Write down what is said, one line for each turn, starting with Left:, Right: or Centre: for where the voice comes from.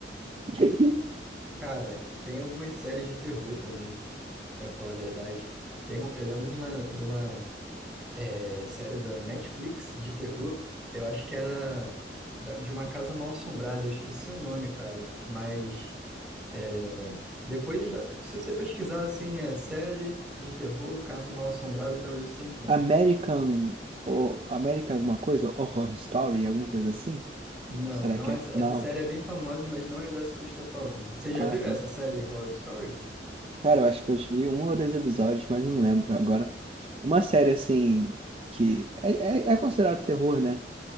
Right: <laughs>
Centre: Cara, tem algumas séries de terror também, pra falar a verdade. Tem, um- eu lembro de uma, de uma é, série da Netflix de terror, eu acho que era da- de uma casa mal-assombrada, eu esqueci o nome, cara. Mas é, depois, da- se você pesquisar assim, é série de terror, casa mal-assombrada, talvez você encontre.
Right: American, ou American alguma coisa? Horror Story, alguma coisa assim?
Centre: Não,
Right: Será
Centre: não,
Right: que
Centre: essa,
Right: é?
Centre: essa
Right: Não.
Centre: série é bem famosa, mas não é dessa que eu estou falando. Você
Right: Ah,
Centre: já viu
Right: tá.
Centre: essa série Horror Story?
Right: Cara, eu acho que eu vi um ou dois episódios, mas não lembro agora. Uma série, assim, que é, é, é considerado terror, né?